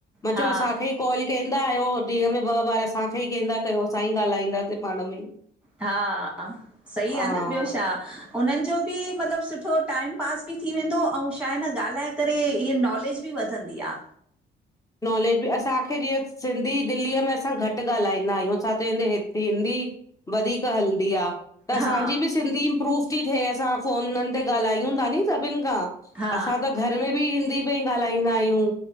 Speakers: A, on the left; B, in the centre.
A: मां
B: हा
A: चयो असांखे ई कॉल कंदा आयो ॾींहं में ॿ बार असांखे ई कदा कयो असां ई ॻाल्हाईंदासीं पाण में ई।
B: हा हा सही
A: हा।
B: आ न ॿियो छा? हुनन जो बि मतलब सुठो टाइम पास बि थी वेंदो ऐं छा आहे न ॻाल्हाए करे इअ नॉलेज बि वधंदी आ।
A: नॉलेज बि असांखे जीअं सिंधी दिल्लीअ में असां घट ॻाल्हाईंदा आहियूं छा त हिन हि हिंदी वधीक हलदी आ। त असांजी
B: हा
A: बि सिंधी इम्प्रूव थी थिए असां फ़ोनन ते ॻाल्हायूं था नी सभिन खां।
B: हा
A: असां त घर में बि हिंदी में ई ॻाल्हाईंदा आहियूं।